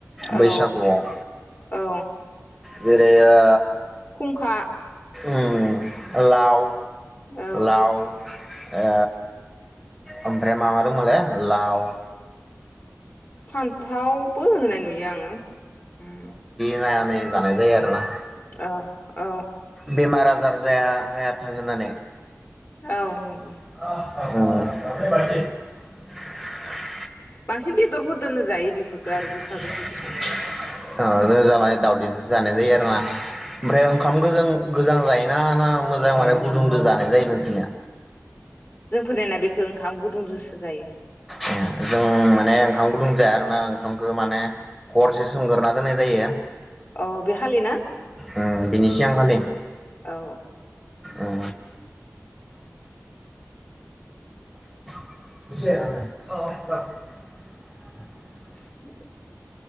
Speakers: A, in the centre; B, on the left (about 40°).
A: बैसागुआव।
B: औ औ
A: जेरै ओ
B: खंखा
A: उम लाव
B: औ
A: लाव ओ ओमफ्राय मा मा दंमोलाय लाव
B: <unintelligible> थावबो होनाय नुयो आङो उम
A: ज नै जानाय जायो आरोना
B: औ औ
A: बेमार आजार जाया जाया थायाथों होननानै
B: औ
A: <unintelligible> <unintelligible>
B: बांसिन बेदरफोर दोननो जायो
A: <unintelligible>
B: बेफोरखौ आरो गोखा गोखैखौ संना
A: अ ज ज मानि दावस जानाय ज आरो फोरा ओमफ्राय ओंखाम
B: औ
A: गोजां गोजां जाय ना मोजां माने गुदुं जानाय जायो नोंसोरनिया
B: जों फोरायना बेखो ओंखाम गुदुं जुसो जायो
A: ए जों माने <unintelligible> ओंखामखौ माने हरसे सोमगोरोना दोननाय जायो
B: अ बे खालि ना
A: उम बेनोसै आं फालाय
B: औ
A: ए <unintelligible> <unintelligible>
B: <unintelligible>